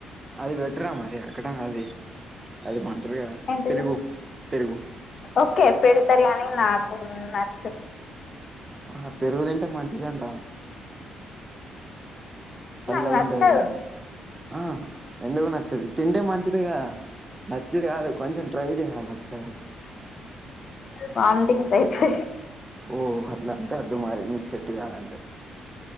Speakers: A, on the right; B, on the left.
A: అది పెట్టరా మరి అక్కడ అది అది బాంటారు కదా
B: ఏంటిది
A: పెరుగు పెరుగు
B: ఓకే పెడతారు గాని ని నాకు నచ్చదు
A: ఆహా పెరుగు తింటే మంచిదంట చల్లగా
B: నాకు నచ్చదు
A: ఉంటాది కొంచెం ఆ ఎందుకు నచ్చదు తింటే మంచిదిగా నచ్చి కాదు కొంచెం ట్రై చేసాను ఒకసారి
B: వామిటింగ్స్ అయితయి
A: ఓ అట్లా అంటే వద్దు మరి మీకు సెట్టు కాదంటే